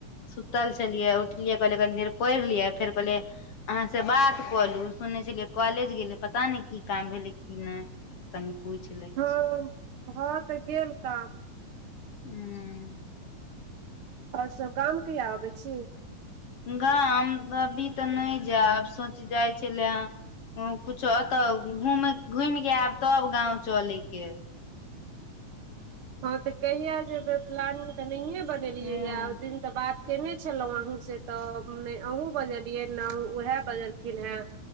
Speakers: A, on the left (about 50°); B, on the right (about 55°).
A: सुतल छेलियै उठलियै कहलियै कनी पढ़ि लियै फेर कहलियै अहाँ से बात कलू सुनै छलियै कॉलेज गेलै पता नय की काम भेलै की नय कनि पूछि लै
B: हँ
A: छी
B: भऽ तऽ गेल काम
A: हू
B: आओर सब गाम कहिया आबै छी
A: गाम अभी तऽ नहि जायब सोच जाइ छलै कुछो एतऽ घूम घूमि के आयब तब गाँंव चलेके
B: हँ तऽ कहिया जेबै प्लानिंग तऽ नहिए बनेलियै
A: हूँ
B: या दिन तऽ बात केने छलहु अहू से तऽ ने अहू बजलियै ने उएहे बजलखिन हॅं